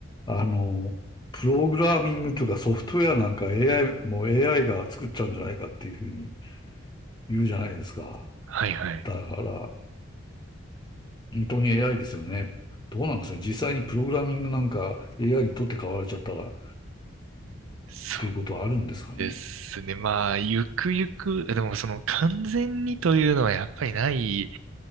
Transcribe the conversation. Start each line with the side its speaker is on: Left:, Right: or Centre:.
Left: あの、プログラミングとかソフトウェアなんか AI、もう AI が作っちゃうんじゃないかっていうふうに言うじゃないですか。
Right: はいはい。
Left: だから、本当に AI ですよね。どうなんですかね。実際にプログラミングなんか AI にとって変わられちゃったら
Right: そう
Left: ということはあるんですかね。
Right: ですね。まあ、ゆくゆく、でもその完全にというのはやっぱりない